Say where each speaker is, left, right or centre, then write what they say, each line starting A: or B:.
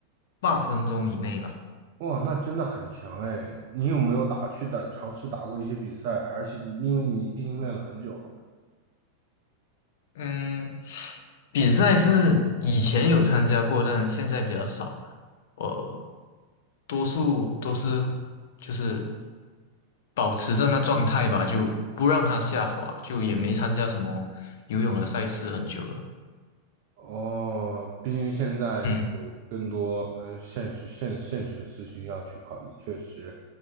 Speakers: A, on the left; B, on the right.
A: 八分钟以内吧。
B: 哇，那真的很强哎！你有没有打去打尝试打过一些比赛？而且你因为你毕竟练了很久了嘛。
A: 嗯，比赛是以前有参加过，但现在比较少。我多数都是就是保持着那状态吧，就不让它下滑，就也没参加什么游泳的赛事很久了。
B: 哦，毕竟现在有更多呃现实现现实事情要去考虑，
A: 嗯，
B: 确实